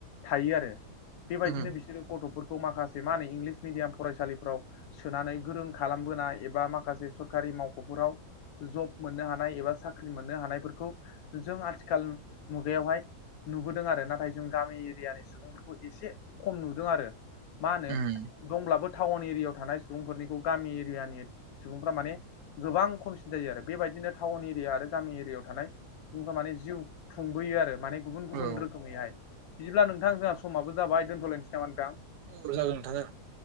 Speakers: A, on the left; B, on the right.
A: थायो आरो बेबायदिनो
B: उम
A: बिसोरो गथ'फोरखौ माखासे मा होनो इंलिस मिडियाम फरायसालिफ्राव सोनानै गोरों खालामबोनाय एबा माखासे सरखारि मावख'फोराव जब मोननो हानाय एबा साख्रि मोननो हानायफोरखौ जों आथिखाल मुगायावहाय नुबोदों आरो नाथाय जों गामि एरियानि सुबुंफोरखौ एसे खम नुदों आरो मा होनो
B: उम
A: दंब्लाबो टाउन एरियायाव थानाय सुबुंफोरनिखौ गामि एरियानि सुबुंफ्रा माने गोबां खमसिन जायो आरो बेबायदिनो टाउन एरिया आरो गामि एरियायाव थानाय सुबुंफ्रा माने जिउ खुंबोयो आरो माने गुबुन गुबुन
B: औ
A: रोखो खोमैहाय बिदिब्ला नोंथां जोंहा समाबो जाबाय दोनथ'लायनोसै नामा नोंथां
B: औ जागोन नोंथां जागोन